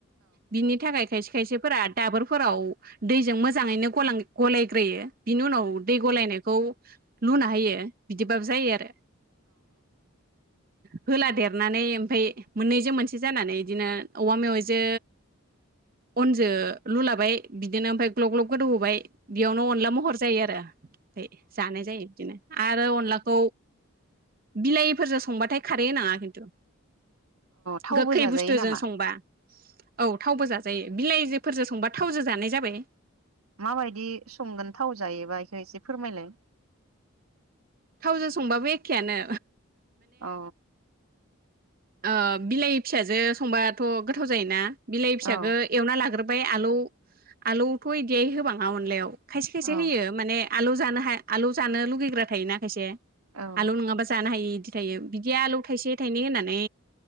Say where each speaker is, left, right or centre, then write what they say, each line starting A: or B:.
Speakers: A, on the right; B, on the right.
A: बिनि थाखाय खायसे खायसेफोरा दाबोरफोराव दैजों मोजाङैनो गलां गलायग्रोयो। बिनि उनाव दै गलायनायखौ लुना होयो बिदिबाबो जायो आरो <inaudible> होलादेरनानै ओमफाय मोननैजों मोनसे जानानै बिदिनो औवा मेवाइजो अनजो लुलाबाय बिदिनो ओमफाय ग्लब ग्लब गोदौ होबाय। बेयावनो अनला महर जायो आरो ओमफाय जानाय जायो बिदिनो आरो अनलाखौ बिलाइिफोरजों संबाथाय खारै होनाङा खिन्थु
B: थावबो
A: गोखै
B: जाजायो
A: बुस्थुजों
B: नामा
A: संबा औ थावबो जाजायो। बिलाइजोफोरजो संबा थावजो जानाय जाबाय
B: माबायदि संगोन थाव जायोबा बेखौ एसे फोरमायलाय
A: थावजों संबाबो एखेआनो
B: अ
A: ओ बिलाइ फिसाजो संबाथ गोथाव जायोना बिलाइ फिसाखौ
B: औ
A: एवना लाग्रोब बाय आलौ आलौथ इदियै होबाङा अनलायाव। खायसे खायसे
B: औ
A: होयो माने आलौ जानो हाया आलौ जानो लुगैग्रा थायोना। खायसे
B: औ
A: आलौ नङाबा जानो हायि इदि थायो बिदि आलौ थाइसे थाइनै होनानै